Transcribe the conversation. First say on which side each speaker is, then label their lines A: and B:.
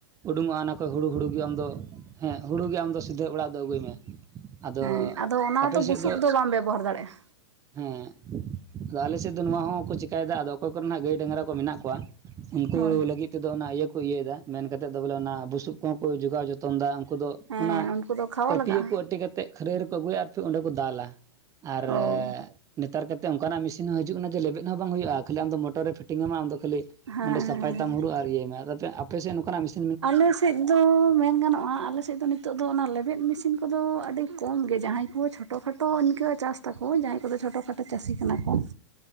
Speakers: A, on the right; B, on the right.
A: ᱩᱰᱩᱝᱚᱜᱼᱟ ᱚᱱᱟ ᱠᱷᱚᱱ ᱦᱩᱲᱩ ᱦᱩᱲᱩ ᱜᱮ ᱟᱢ ᱫᱚ ᱦᱮᱸ ᱦᱩᱲᱩ ᱜᱮ ᱟᱢ ᱫᱚ ᱥᱤᱫᱷᱟᱹ ᱚᱲᱟᱜ ᱫᱚ ᱟᱹᱜᱩᱭ ᱢᱮ᱾ ᱟᱫᱚ
B: ᱦᱮᱸ ᱟᱫᱚ ᱚᱱᱟ
A: ᱟᱯᱮ
B: ᱫᱚ ᱵᱩᱥᱩᱵ
A: ᱥᱮᱫ
B: ᱫᱚ ᱵᱟᱢ ᱵᱮᱵᱚᱦᱟᱨ ᱫᱟᱲᱮᱜᱼᱟ᱾
A: ᱦᱮᱸ ᱟᱫᱚ ᱟᱞᱮᱥᱮᱫ ᱫᱚ ᱱᱚᱣᱟ ᱦᱚᱸ ᱠᱚ ᱪᱤᱠᱟᱭᱫᱟ ᱟᱫᱚ ᱚᱠᱚᱭ ᱠᱚᱨᱮ ᱦᱟᱸᱜ ᱜᱟᱹᱭ ᱰᱟᱝᱨᱟ ᱠᱚ ᱢᱮᱱᱟᱜ ᱠᱚᱣᱟ ᱩᱱᱠᱩ
B: ᱦᱳᱭ
A: ᱞᱟᱹᱜᱤᱫ ᱛᱮᱫᱚ ᱚᱱᱟ ᱤᱭᱟᱹ ᱠᱚ ᱤᱭᱟᱹᱭ ᱫᱟ ᱢᱮᱱ ᱠᱟᱛᱮᱫ ᱫᱚ ᱵᱚᱞᱮ ᱚᱱᱟ ᱵᱩᱥᱩᱵ ᱠᱚᱦᱚᱸ ᱠᱚ ᱡᱚᱜᱟᱣ ᱡᱚᱛᱚᱱ ᱫᱟ, ᱩᱱᱠᱩ ᱫᱚ
B: ᱦᱮᱸ
A: ᱚᱱᱟ
B: ᱩᱱᱠᱩ ᱫᱚ ᱠᱷᱟᱣᱟ
A: ᱯᱟᱹᱴᱤᱭᱟᱹ
B: ᱞᱟᱜᱟᱜᱼᱟ
A: ᱠᱚ ᱟᱹᱴᱤ ᱠᱟᱛᱮᱜ ᱠᱷᱟᱹᱨᱟᱹᱭ ᱨᱮᱠᱚ ᱟᱹᱜᱩᱭᱟ ᱟᱨ ᱚᱸᱰᱮ ᱠᱚ ᱫᱟᱞᱟ, ᱟᱨ
B: ᱦᱳᱭ
A: ᱱᱮᱛᱟᱨ ᱠᱟᱛᱮ ᱚᱱᱠᱟᱱᱟᱜ ᱢᱮᱥᱤᱱ ᱦᱚᱸ ᱦᱤᱡᱩᱜ ᱠᱟᱱᱟ ᱡᱮ ᱞᱮᱵᱮᱫ ᱦᱚᱸ ᱵᱟᱝ ᱦᱩᱭᱩᱜᱼᱟ ᱠᱷᱟᱹᱞᱤ ᱟᱢ ᱫᱚ ᱢᱚᱴᱚᱨᱮ ᱯᱷᱴᱤᱝ ᱟᱢᱟ ᱟᱢᱫᱚ ᱠᱷᱟᱹᱞᱤ
B: ᱦᱮᱸ
A: ᱚᱸᱰᱮ ᱥᱟᱯᱷᱟᱭ
B: ᱦᱮᱸ
A: ᱛᱟᱢ ᱦᱩᱲ ᱟᱨ ᱤᱭᱟᱹᱭ ᱢᱮ ᱟᱫᱚᱯᱮ ᱟᱯᱮᱥᱮᱫ ᱱᱚᱝᱠᱟᱱᱟᱜ ᱢᱤᱥᱤᱱ
B: ᱟᱞᱮ ᱥᱮᱫ ᱫᱚ ᱢᱮᱱ ᱜᱟᱱᱚᱜᱼᱟ, ᱟᱞᱮᱥᱮᱫ ᱫᱚ ᱱᱤᱛᱚᱜ ᱫᱚ ᱚᱱᱟ ᱞᱮᱵᱮᱫ ᱢᱮᱥᱤᱱ ᱠᱚᱫᱚ ᱟᱹᱰᱤ ᱠᱚᱢ ᱜᱮ ᱡᱟᱦᱟᱸᱭ ᱠᱚ ᱴᱚ ᱠᱷᱟᱴᱚ ᱤᱱᱠᱟᱹ ᱪᱟᱥ ᱛᱟᱠᱚ ᱡᱟᱦᱟᱸᱭ ᱠᱚᱫᱚ ᱪᱷᱳᱴᱳ ᱠᱷᱟᱴᱳ ᱪᱟᱹᱥᱤ ᱠᱟᱱᱟ ᱠᱚ